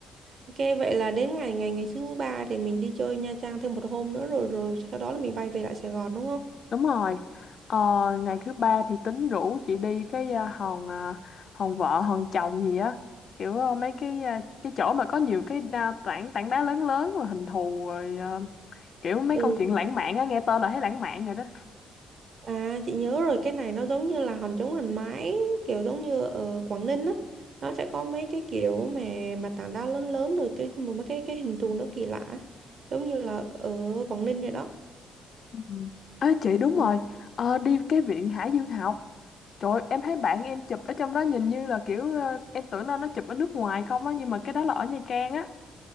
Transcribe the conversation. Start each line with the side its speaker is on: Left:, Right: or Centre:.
Right: ok vậy là đến ngày ngày ngày thứ ba thì mình đi chơi Nha Trang thêm một hôm nữa rồi rồi sau đó là mình bay về lại Sài Gòn đúng không
Left: Đúng rồi. Ờ, ngày thứ ba thì tính rủ chị đi cái à, hòn à, hòn vợ hòn chồng gì á kiểu à, mấy cái à, cái chỗ mà có nhiều cái à, tảng tảng đá lớn lớn rồi hình thù rồi à, kiểu mấy
Right: ừ
Left: câu chuyện lãng mạn á nghe tên là thấy lãng mạn rồi đó.
Right: À chị nhớ rồi cái này nó giống như là hòn trống hòn mái kiểu giống như ở Quảng Ninh á nó sẽ có mấy cái kiểu mà mà tảng đá lớn lớn rồi cái một mấy cái cái hình thù nó kỳ lạ giống như là ở Quảng Ninh vậy đó
Left: Ừ. Ê chị đúng
Right: ừ.
Left: rồi Ờ, đi cái viện Hải Dương học Trời ơi, em thấy bạn em chụp ở trong đó nhìn như là kiểu ờ, em tưởng đâu nó chụp ở nước ngoài không á nhưng mà cái đó là ở Nha Trang á.